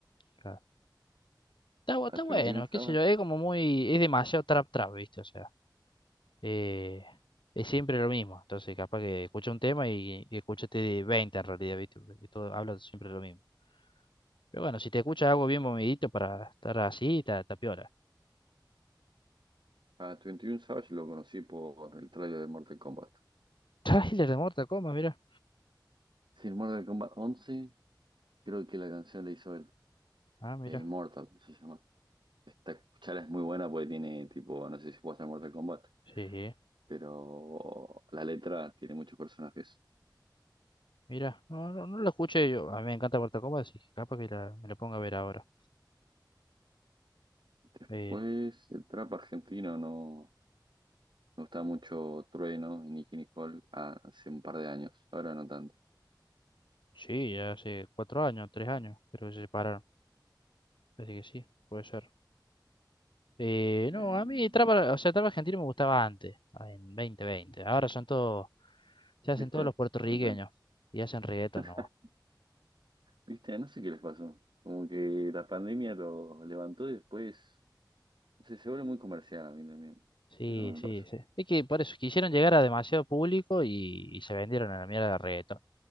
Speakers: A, on the left (about 85°); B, on the right (about 75°).
A: claro. Está, bu- está
B: A Twenty
A: bueno,
B: One Savage,
A: qué sé yo, es como muy, es demasiado trap trap, ¿viste? O sea, eh, es siempre lo mismo. Entonces, capaz que escucha un tema y, y escuchaste de 20 en realidad, ¿viste? Porque todo habla siempre lo mismo. Pero bueno, si te escuchas algo bien movidito para estar así, está, está piola.
B: a Twenty One Savage lo conocí por el trailer de Mortal Kombat.
A: <laughs> Trailer de Mortal Kombat, mira.
B: Sí, el Mortal Kombat once Creo que la canción de Isabel,
A: Ah, mira.
B: eh, Immortal, se llama. Esta charla es muy buena porque tiene tipo, no sé si puede estar Mortal Kombat,
A: Sí,
B: pero la letra tiene muchos personajes.
A: mira, no, no, no la escuché yo. A mí me encanta Mortal Kombat, así que capaz que la- me la ponga a ver ahora.
B: Después,
A: Eh,
B: el trap argentino no me gustaba mucho Trueno y Nicki Nicole hace un par de años, ahora no tanto.
A: sí, ya hace cuatro años, tres años, creo que se separaron. Así que sí, puede ser. Eh, no,
B: Eh,
A: a mí trap, o sea, trap argentino me gustaba antes, ah, en 2020. Ahora son todos, se hacen
B: ¿viste?
A: todos los puertorriqueños
B: Ahora-
A: y hacen reggaeton
B: <laughs>
A: no.
B: ¿Viste? No sé qué les pasó. Como que la pandemia lo levantó y después, no sé, se vuelve muy comercial a mí también.
A: Sí,
B: Eso no me
A: sí,
B: pasa.
A: sí. Es que por eso quisieron llegar a demasiado público y, y se vendieron a la mierda de reggaeton.